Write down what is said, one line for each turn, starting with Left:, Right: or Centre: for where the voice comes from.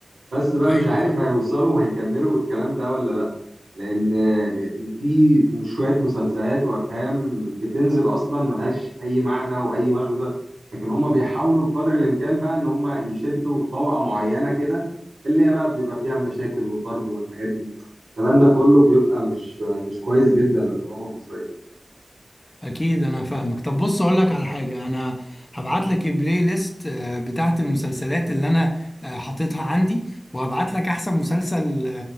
Right: بس بقى
Left: ايوه
Right: مش عارف
Left: فاهم
Right: هيوصلوا وهيكملوا بالكلام ده ولا لا لان آه، في شوية مسلسلات وافهام بتنزل اصلا ملهاش اي معنى واي مغزى لكن هم بيحاولوا بقدر الامكان بقى ان هم يشدوا طبقة معينة كده اللي هي بقى بيبقى فيها مشاكل وضرب والحاجات دي الكلام ده كله بيبقى مش مش كويس جدا للدراما المصرية
Left: اكيد انا فاهمك طب بص اقول لك على حاجة انا هبعت لك البلاي ليست آه، بتاعت المسلسلات اللي انا آه، حاططها عندي وهبعت لك احسن مسلسل آه،